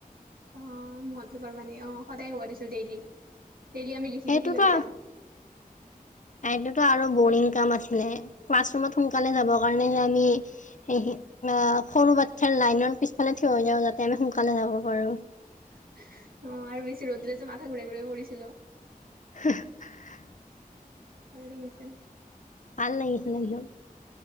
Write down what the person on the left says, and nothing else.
সেইটোতো
সেইটোতো আৰু বৰিং কাম আছিলে ক্লাছৰুমত সোনকালে যাব কাৰনে যে আমি <unintelligible> সৰু বাচ্ছাৰ লাইনৰ পিছফালে থিয় হৈ যাওঁ যাতে আমি সোনকালে যাব পাৰো
<unintelligible>
ভাল লাগিছিল একদম।